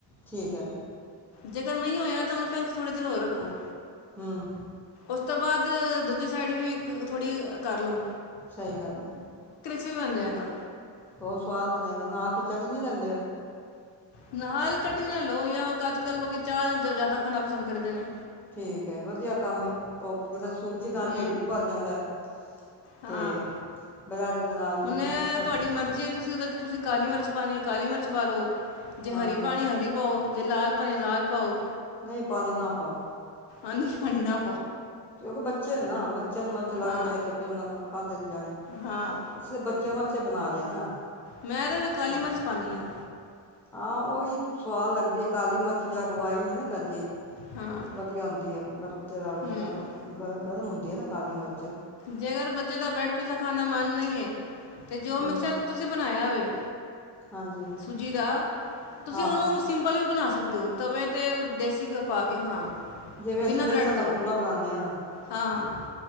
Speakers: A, in the centre; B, on the left.
A: ਠੀਕ ਹੈ।
B: ਜੇਕਰ ਨਹੀਂ ਹੋਇਆ ਤਾਂ ਉਹਨੂੰ ਫੇਿਰ ਥੋੜੀ ਦੇਰ ਹੋਰ ਰੱਖੋ
A: ਹਮ।
B: ਉਸ ਤੋਂ ਬਾਅਦ ਦੂਜੀ ਸਾਈਡ ਵੀ ਥੋੜੀ ਕਰਲੋ
A: ਸਹੀ ਗੱਲ ਹੈ
B: ਕਿੱਥੇ ਬਣ ਜਾਏਗਾ
A: ਬਹੁਤ ਸਵਾਦ ਬਣੇਗਾ ਨਾ ਫਿਚਲਟ ਨਹੀਂੀ ਦਿੰਦੇ ਉਹ
B: ਨਾਲ ਚਟ ਨਾ ਲਓ ਜਾਂ ਅੱਜ ਕੱਲ੍ਹ ਲੋਕ ਚਾਹ ਨਾਲ ਜ਼ਿਆਦਾ ਖਾਣਾ ਪਸੰਦ ਕਰਦੇ ਨੇ
A: ਠੀਕ ਏ ਵਧੀਆ ਕੰਮ <unintelligible> ਸੂਜ ਨਾਲ
B: ਹੂੰ
A: ਢਿੱਡ ਵੀ ਭਰ ਜਾਂਦਾ ਹੈ
B: ਹਾਂ
A: ਤੇ <unintelligible> ਦੇ ਨਾਲ ਮਿਲਬੱਧ
B: ਹੁਣ ਤੁਹਾਡੀ ਮਰਜ਼ੀ ਹੈ ਤੁਸੀਂ ਉਹਦੇ ਚਚ ਤੁਸੀਂ ਕਾਲੀ ਮਿਰਚ ਪਾਣੀ ਹੈ ਕਾਲੀ ਮਿਰਚ ਪਾ ਲਓ ਜੇ
A: ਹਾਂ
B: ਹਰੀ ਪਾਣੀ ਹਰੀ ਪਾਓ ਜੇ ਲਾਲ ਭਣੇ ਲਾਲ ਪਾਓ
A: ਨਹੀਂ ਪਾਣੀ ਨਾ ਪਾਓ
B: ਅਨ ਪਾਣੀ ਨਾ
A: ਕਿਉਂਕਿ ਬੱਚੇ ਨੇ ਨਾ ਬੱਚਿਆਂ ਨੂੰ ਮਰਚ ਲੱਗ
B: ਹਾਂ
A: ਜਾਏ ਤੇ ਫਿਰ ਉਹਨਾਂ ਦਾ ਕੋ ਨ ਜਾਣੇ
B: ਹਾਂ
A: ਅ ਤਾਂ ਬੱਚਿਆਂ ਵਾ ਅਛੇ ਬਣਾਦੇ ਆ ਨਾ
B: ਮੈਂ ਤਾਂ ਮੈਂ ਕਾਲੀ
A: ਤੇ
B: ਮਿਰਚ ਪਾਉਦੀ ਹਾਂ
A: ਹਾਂ ਉਹ ਵੀ ਸਆਦ ਲੱਗਦੀ ਹੈ ਕਾਲੀ ਮਿਰਚ ਜਾਗਵਾਈ ਨੀ ਨਾ ਕਰਦੀ
B: ਹਾਂ
A: ਵਧੀਆ ਹੁੰਦੀ ਆ <unintelligible> ਤੇ <unintelligible>
B: ਹੂੰ
A: ਗਰਮ ਹੁੰਦੀ ਹੈ ਨਾ ਕਾਲੀ ਮਿਰਚ
B: ਜੇਕਰ ਬੱਚੇ ਦਾ ਬ੍ਰੈਡ ਪੀਜ਼ਾ ਖਾ ਮਨ ਨਹੀਂ ਹੈ ਅਤੇ ਜੋ
A: ਹੂੰ
B: ਮਿਕਸਰ ਤੁਸੀਂ ਬਣਾਇਆ ਹੋਵੇ
A: ਹਾਂਜੀ
B: ਸੂਜੀ ਦਾ ਤੁਸੀਂ
A: ਆਹੋ
B: ਉਹਨੂੰ ਸਿੰਪਲ ਵੀ ਬਣਾ ਸਕ ਸਕਦੇ ਹੋ ਤਵੇ 'ਤੇ ਦੇਸੀ ਘਿਓ ਪਾ ਕੇ ਹਾਂ
A: ਜਿਵੇਂ
B: ਬਿਨਾਂ
A: ਅਸੀਂ ਵੇਸਣ
B: ਬਰੈਡ ਦਿਉ
A: ਦਾ ਪੂੜਾ ਬਣਾਉਂਦੇ ਹਾਂ
B: ਹਾਂ ਹਾਂ